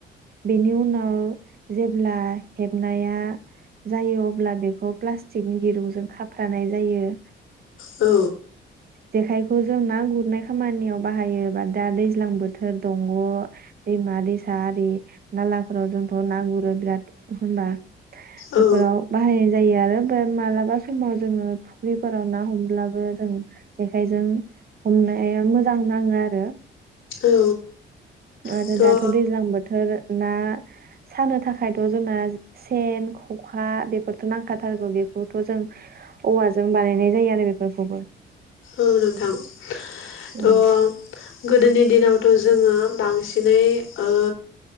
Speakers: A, on the right (about 50°); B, on the left (about 80°).
A: बेनि उनाव जेब्ला हेबनाया जायो अब अब्ला बेखौ प्लास्टिकनि दिरुंजों खाफ्रानाय जायो
B: औ
A: जेखायखौ जों ना गुरनाय खामानियाव बाहायोबा दा दैज्लां बोथोर दंग दैमा दैसा आरि नालाफोराव जोंथ ना गुरो बिराद होनबा बेफोराव
B: औ
A: बाहायनाय जायो आरो बे मालाबा समाव जोङो फुख्रिफोराव ना हमब्लाबो जों जेखाइजों हमनाया मोजां नाङो आरो
B: औ
A: आरो
B: थ' औ
A: दाथ दैज्लां बोथोर ना सानो थाखा खायथ जोंना सेन खखा बेफो बेथ नांखाथारगौ बेखौथ जों औवाजों बानायनाय जायो आरो बेफोरखौबो
B: औ नोंथां थ'
A: औ
B: गोदोनि दिनावथ जोङो बांसिनै ओ